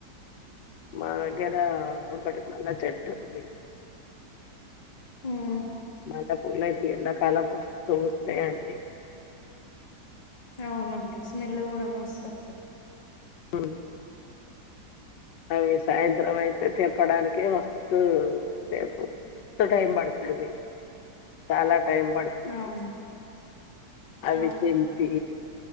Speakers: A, on the left; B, on the left.
A: మా దగ్గర ఒకటి మల్లె చెట్టు ఉంది
B: ఆమ్
A: మల్లె పూల అయితే ఈ ఎండ కాలం మస్త్ పూస్తాయండి
B: అవునండి స్మెల్ కూడా మస్త్ ఉంటాది
A: హమ్ అవి సాయంత్రం అయితే తెంపడానికి మస్తు సేపు మస్తు టైం పడతాది చాలా టై పడుతుంది
B: అవును
A: అవి
B: అవును
A: తెంపి